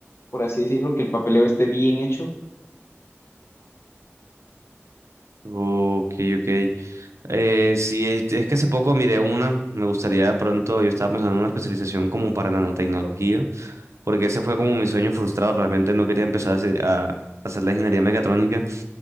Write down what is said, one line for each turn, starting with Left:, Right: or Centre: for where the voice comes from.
Left: por así decirlo, que el papeleo esté bien hecho.
Right: Ok, ok. Eh, sí, es es que hace poco miré una, me gustaría de pronto, yo estaba pensando en una especialización como para nanotecnología. porque ese fue como mi sueño frustrado. Realmente no quería empezar a hacer, a hacer la ingeniería mecatrónica,